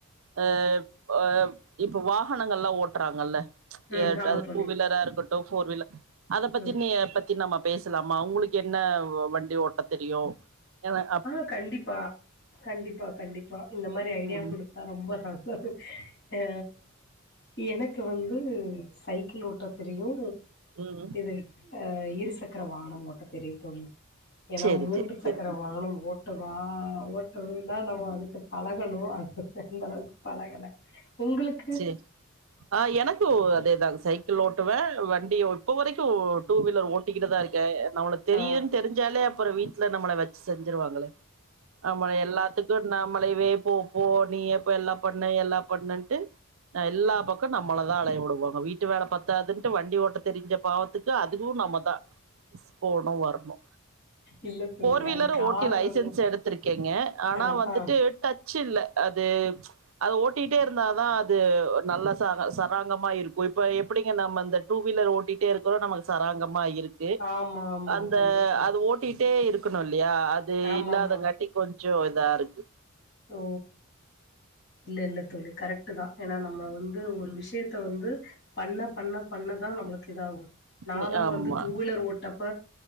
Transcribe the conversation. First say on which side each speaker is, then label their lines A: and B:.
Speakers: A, on the right; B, on the left.
A: அ ப இப்ப வாகனங்கள்லா ஓட்றாங்கல்ல
B: ம்
A: எட்
B: ஆமா
A: அது
B: தோழி
A: டூ வீலரா இருக்கட்டு ஃபோர் வீல அத பத்தி
B: ம்
A: நீங்க எப்ப த்தி நம்ம பேசலாமா உங்களுக்கு என்ன வ வண்டி ஓட்ட தெரியு ஏனா
B: ஆ கண்டிப்பா கண்டிப்பா கண்டிப்பா இந்த மாரி ஐடியா
A: ம்
B: குடுத் தா ரொம்ப நல்லது அ எனக்கு வந்து சைக்கிள் ஓட் ட்ட தெரியு
A: ம்
B: இது அ இருசக்கர வாகனம் ஓட்ட தெரியு தோழி ஏனா
A: சரி
B: மூன்று
A: சரி
B: சக்கர
A: சரி
B: னம் ஓட்டவா ஓட்றருந்தா நம்ம அதுக்கு பழகனு அது அந்த அளவுக்கு பழகல உங்களுக்
A: சேரி ஆ எனக்கு அதேதாங்க சைக்கிள் ஓட்டுவே வண்டி ஓட் இப்ப வரைக்கு டூ வீலர் ஓட் ட்டிக்கிட்டுதா இருக்கே நம்மளுக்கு தெரியுன்
B: ஆ
A: தெரிஞ்சாலே அப்பற வீட்ல நம்மள வச்சு செஞ்சுருவாங்களே ஆமா எல்லாத்துக்கு நம்மளைவே போ போ நீயே போய் எல்லா பண்ணு எல்லா பண்ணுட்டு அ எல்லா பக்கம் நம்மள தா அலைய விடுவாங்க வீட்டு வேல பத்தாதுன்ட்டு வண்டி ஓட்ட தெரிஞ்ச பாவத்து க்கு அதுவு நம்மதா போனு வர்ணு
B: இல்ல தோழி
A: ஃபோர் வீலர்
B: அது காரண
A: ஓட்டி லைசன்ஸ் எடுத்திருக்கேங்க ஆனா
B: ஆ
A: வந்துட்டு
B: ஆ
A: டச் ச்சு இல்ல அது அத ஓட்டிட்டே இருந்தாதா து நல்ல சரா சராங்கமா இருக்கு இப்ப எப்டிங்க நம்ம இந்த டூ வீலர் ஓட்டிட்டே இருக் றோ நம்மளுக்கு சராங்கமா இருக்கு
B: ஆமா ஆமா
A: அந்த
B: கண்டிப்பா
A: அது ஓட்டிட்டே இருக் க்கணு இல்லையா அது
B: ஆமாமா
A: இல்லாதங்காட்டி கொஞ்ச இதா இருக்கு
B: ஓ இல்ல இல்ல தோழி கரெக்ட்டு தா ஏனா நம்ம வந்து ஒரு விஷ்யத்த வந்து பண்ண பண்ண பண்ணதா நம்மளுக்கு இதாகு நானா
A: ம், ஆமா
B: வந்து டூ வீலர் ஓட்டப்ப